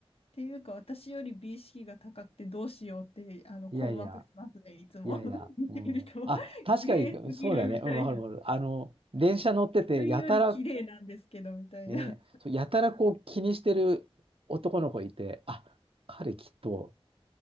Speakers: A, on the left; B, on the right.
A: ていうか、私より美意識が高くてどうしようって、あの、
B: いやいや、
A: 困惑しますね、いつも。
B: いやいや、
A: <laughs> 見てると、
B: うん。あ、確かに、
A: 綺麗すぎるみたいな。
B: そうだね。うん、わかるわかる。
A: 自
B: あの、電車乗ってて、
A: 分より綺麗なんですけど、
B: やたら
A: みたいな。
B: ね、そうやたらこう気にしてる男の子いて、あ、彼きっと